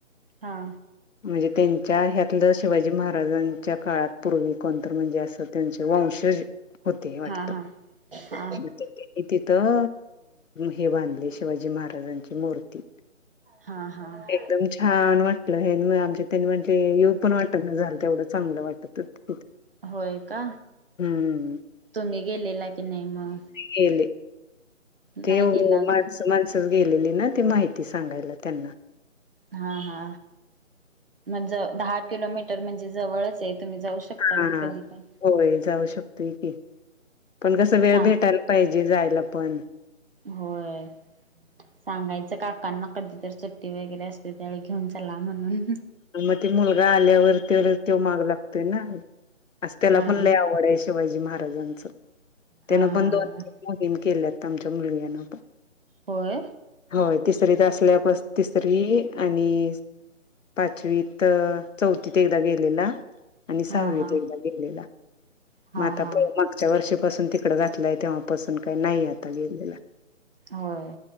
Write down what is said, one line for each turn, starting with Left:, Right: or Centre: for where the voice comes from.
Right: हा.
Left: म्हणजे त्यांच्या ह्यातलं, शिवाजी महाराजांच्या काळात पूर्वी कोणतर म्हणजे असं त्यांचे वंशज होते वाटत.
Right: हा हा हा
Left: <unintelligible> तर हे बांधले शिवाजी महाराजांची मूर्ती
Right: हा. हा
Left: एकदम छान वाट हेन मन आमच्या तनमन चे हे येऊ पण वाटत ना झालं, तेवढं चांगलं वाटत होत-
Right: होय का
Left: हम्म
Right: तुम्ही गेलेला की नाही मग?
Left: गेले ते
Right: नाही
Left: माणस
Right: गेला अजून
Left: माणसच गेलेली ना ती माहिती सांगायला त्यांना
Right: हा हा म्हणज दहा किलोमीटर म्हणजे जवळच हेत. तुम्ही जाऊ शकता
Left: हा
Right: की कधी पण.
Left: जाऊ होय की पण कस वेळ
Right: सांग
Left: भेटायला पाहिजे जायला पण.
Right: होय. सांगायचं काकांना कधीत चट्टी वगैरे असते त्यावेळी घेऊन चला म्हणून.
Left: मग ते मुलगा आल्यावर तर त्यों माग लागतोय ना. आस त्याला
Right: हा
Left: पण लय आवड आहे शिवाजी महाराजांचं. त्यानं
Right: हा
Left: पण
Right: हा
Left: दोन मोहीम केल्यात त आमच्या मुलग्या ने पण.
Right: होय.
Left: होय तिसरीत असल्या पस तिसरी आणि पाचवीत चौथीत एकदा गेलेला आणि सहावीत
Right: हा हा
Left: एकदा गेलेला
Right: हा
Left: मग आता
Right: हा
Left: मागच्या वर्षी पासून तिकड घातलाय तेव्हापसून काही नाही आता गेलेला.
Right: होय